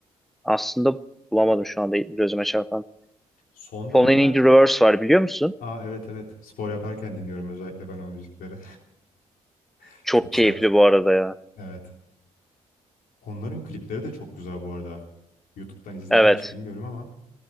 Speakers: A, in the centre; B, on the left (about 75°).
A: aslında bulamadım şu anda gözüme çarpan.
B: Son dönemlerde
A: Falling in the Reverse var biliyor musun?
B: Aa evet evet. Spor yaparken dinliyorum özellikle ben o müzikleri. <laughs>
A: Çok
B: Çok
A: keyifli
B: sert.
A: bu arada ya.
B: Evet. Onların klipleri de çok güzel bu arada. YouTube'dan izledim
A: Evet.
B: mi hiç bilmiyorum ama